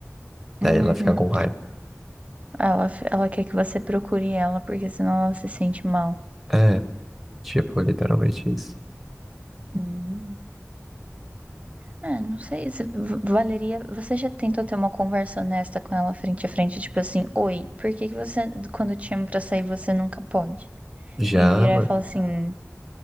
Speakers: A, in the centre; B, on the right.
A: Daí
B: uhum,
A: ela fica com raiva.
B: ela, ela quer que você procure ela, porque senão ela se sente mal.
A: É, tipo, literalmente isso.
B: Hum. É, não sei se v- valeria. Você já tentou ter uma conversa honesta com ela frente a frente, tipo assim, oi, por que que você, quando eu te chamo pra sair, você nunca pode?
A: Já,
B: E virar
A: mano.
B: e falar assim,